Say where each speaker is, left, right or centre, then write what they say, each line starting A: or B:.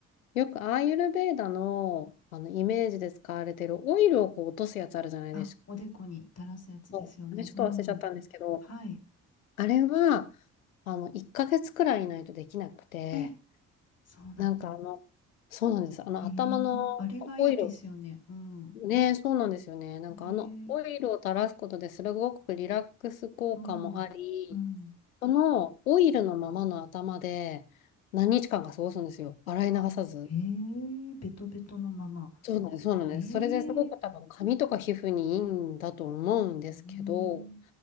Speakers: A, on the left; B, on the left.
A: よくアーユルヴェーダの、あのイメージで使われてるオイルをこう落とすやつあるじゃないですか。
B: あ、おでこに垂らすやつですよね。
A: そうあれちょっと忘れちゃったんですけど、
B: うん。はい。
A: あれは、あの、1ヶ月くらいいないとできなくて、
B: え、そうなんだ。
A: なんかあの、そうなんです。あの頭のオイルを、
B: へえ。あれがいいんですよね。うん。
A: ね、そうなんですよね。なんかあのオイルを垂らすことですごくリラックス効果もあり、
B: へえ。うん。うん。
A: そのオイルのままの頭で何日間か過ごすんですよ。洗い流さず。
B: あ、へえ。ベトベトのまま。
A: そうなんです、そうなんです。
B: へ
A: それですごく多分髪とか皮膚にいいんだと思うんですけど、
B: え。うーん。